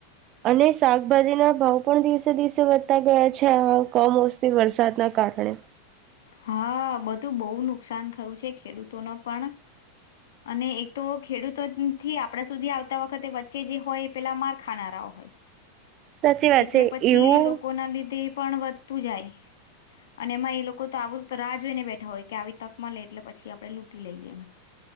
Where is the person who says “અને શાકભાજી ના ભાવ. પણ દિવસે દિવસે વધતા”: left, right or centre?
Right